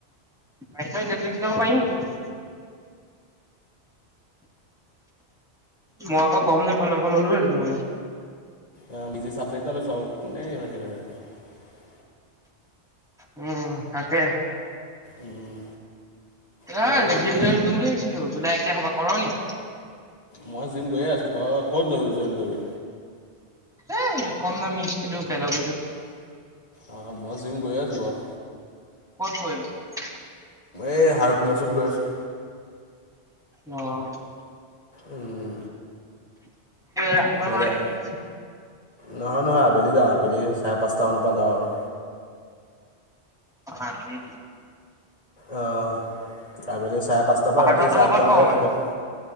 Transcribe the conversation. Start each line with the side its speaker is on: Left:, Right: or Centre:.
Centre: হাইড্ৰইলেট্ৰ <unintelligible> ড্ৰিংকচ্ লব পাৰি নেকি মই আকৌ গম নেপাওঁ নহ'লে ল'লো হেঁতেন মইয়ো।
Left: অ', বিজি চাবজেক্ট এটা লৈছোঁ আৰু কোনে ইমান হেৰী কৰি থাকিব।
Centre: উম তাকে।
Left: উম। তই
Centre: আহ
Left: এতিয়া
Centre: জিম
Left: কি
Centre: জইন কৰিম বুলি ভাবিছিলো জুলাই এক তাৰিখৰ পৰা, কৰ' নি?
Left: মই জিম গৈয়ে আছো তই ক'ত দৌৰিবি জইন কৰিবি।
Centre: এ কম দামি এইটো বেলেগৈটো <inaudible>
Left: আহ, মই জিম গৈয়ে আছো বাৰু।
Centre: ক'ত কৰি আছ?
Left: এই হাৰকুলাছত গৈ আছোঁ।
Centre: অঁ।
Left: উম।
Centre: ৰাতিপুৱা
Left: মোৰ
Centre: যাও
Left: এতিয়া
Centre: নেকি?
Left: নহয় নহয়, আবেলি যাওঁ আবেলি চাৰে পাঁচটা মানৰ পৰা যাওঁ আৰু।
Centre: আবেলি।
Left: আহ, আবেলি চাৰে পাঁচটাৰ
Centre: পাৰ্থহঁতৰ
Left: পৰা ৰাতি চাৰে
Centre: লগত
Left: আঠটা মান
Centre: কৰ
Left: লৈকে
Centre: মানে
Left: থাকো।